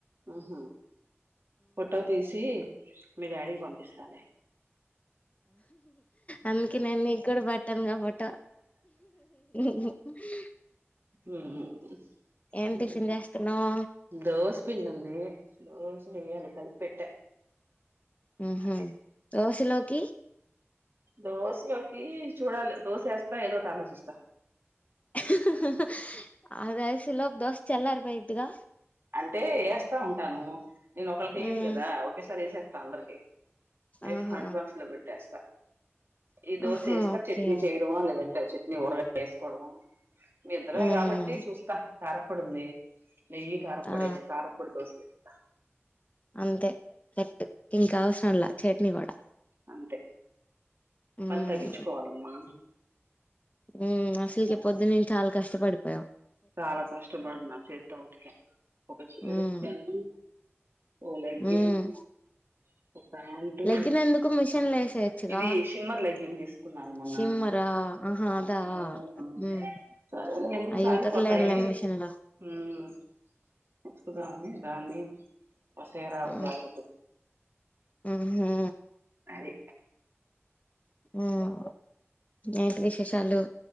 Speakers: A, on the right (about 55°); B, on the left (about 30°).
A: ఆహ ఫోటో తీసి మీ డాడీకి పంపిస్తాలె
B: అందుకే నేను నీ కూడా పట్టానుగా ఫోటో <inaudible>
A: ఉహామ్
B: ఏం టిఫిన్ చేస్తున్నావ్
A: దోశ పిండుంది దోస్ వెయ్యాలి కలిపెట్ట
B: ఉహు
A: అదే
B: దోశలోకి
A: దోశలోకి చూడాలి దోశ వేస్తా ఏదోటి ఆలోచిస్తా
B: హ హా అదేసేలోపు దోశ చల్లర్ బోయ్దిద్గా
A: అంటే ఎస్తా ఉంటాను నేను ఒకలికి ఎయ్యను
B: ఉమ్
A: కదా ఒకేసారి వేసేస్తా అందరికి వేసి
B: ఆహా
A: హాట్ బాక్స్ లో పెట్టేస్తా ఈ దోశ
B: ఆహా
A: వేస్తా
B: ఓకే
A: చట్నీ చేయడమో లేదంటే చట్నీ ఊరగాయ వేసుకోవడమో మీ ఇద్దరమే
B: ఉమ్
A: కాబట్టి చూస్తా కార పొడుంది నెయ్యి కారపొడి
B: ఆ
A: వేసి కారాపొడి దోసలు ఎస్తా
B: అంతే సెట్టు ఇంకావసరంలే చట్నీ కూడా
A: అంతే
B: ఉమ్
A: పని తగ్గించుకోవాలమ్మా
B: ఉమ్ అసల్కె ప్పొద్దనుంచి నేను చాలా కష్టపడిపోయావ్
A: చాలా కష్టపడిన చేత్తో ఉతిక ఒక చీర
B: ఉమ్
A: ఉతీకాను ఓ లెగ్గిన్
B: ఉమ్
A: ఉతికను ఒక ప్యాంటు
B: లెగ్గినందుకు మిషన్ లో వేసేయచ్చుగా
A: ఇది సిమ్మర్ లెగ్గిన్ తీసుకు న్నాడు మొన్న
B: షిమ్మరా ఆహా అదా
A: ఆ మ
B: ఉమ్
A: సరేలేందుకు
B: అయి ఉతకలేంలే
A: కొత్తయి
B: మిషన్ లో
A: ఉమ్ ఉతుకుదామని దాన్ని ఓ సిరా
B: ఆ
A: ఓ జాకెట్టు
B: ఉహూ
A: ది
B: ఊమ్ ఏంటి విశేషాలు